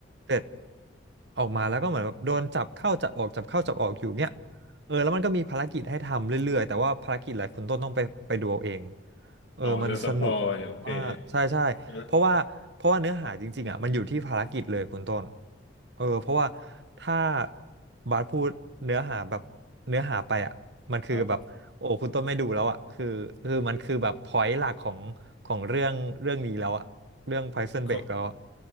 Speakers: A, on the right (about 65°); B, on the left (about 70°).
A: เสร็จออกมาแล้วก็เหมือนแบบโดนจับเข้าจับออกจับเข้าจับออกอยู่เงี้ยเออแล้วมันก็มีภารกิจให้ทำเรื่อยๆแต่ว่าภารกิจหลายคุณต้นต้องไปไปดูเอาเองเออมันสนุก
B: อ๋อเดอะสปอยโอเค
A: ว่าใช่ใช่เพราะว่าเพราะว่าเนื้อหาจริงๆอ่ะมันอยู่ที่ภารกิจเลยคุณต้น
B: เออ
A: เออเพราะว่าถ้าบาสพูดเนื้อหาแบบเนื้อหาไปอ่ะมันคือแบบโอ้คุณต้นไม่ดูแล้วอ่ะคือคือมันคือแบบพอยต์หลักของของเรื่องเรื่องนี้แล้วอ่ะเรื่อง
B: ครับ
A: Prison
B: ก็
A: Break แล้วอ่ะ